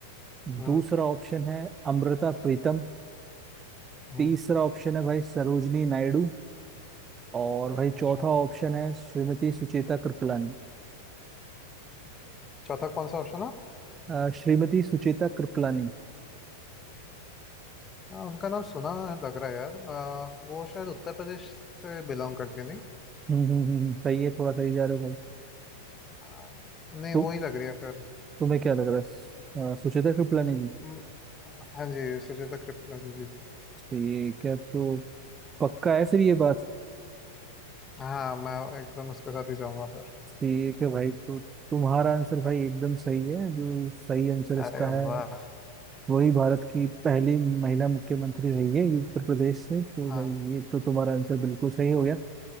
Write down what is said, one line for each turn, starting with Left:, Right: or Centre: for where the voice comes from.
Left: हम्म
Right: दूसरा ऑप्शन है अमृता प्रीतम
Left: हम्म
Right: तीसरा ऑप्शन है भाई सरोजनी नायडू और भाई
Left: अच्छा
Right: चौथा ऑप्शन है श्रीमती सुचेता कृपलानी
Left: चौथा कौन सा ऑप्शन है
Right: अ, श्रीमती सुचेता कृपलानी
Left: हाँ उनका नाम सुना लग रहा है यार आ, वो शायद उत्तर प्रदेश से बिलोंग करती है नहीं
Right: हम्म हम्म हम्म, हम्म। सही है थोड़ा सही जा रहे हो भाई
Left: आ, नहीं
Right: तो
Left: वो ही लग रही है फिर
Right: तुम्हें क्या लग रहा है अ, सुचेता कृपलानी
Left: म-
Right: जी
Left: म- हाँ जी सुजाता कृपलानी जी
Right: ठीक है तो पक्का है फिर ये बात
Left: हाँ मैं एकदम उसके साथ ही जाऊंगा फिर
Right: ठीक है भाई तो तुम्हारा आंसर भाई एकदम सही है जो सही आंसर इसका
Left: अरे
Right: है
Left: वाह
Right: वही भारत की पहली महिला मुख्यमंत्री रही है ये उत्तर प्रदेश से तो
Left: हाँ
Right: भाई ये तो तुम्हारा आंसर बिल्कुल सही हो गया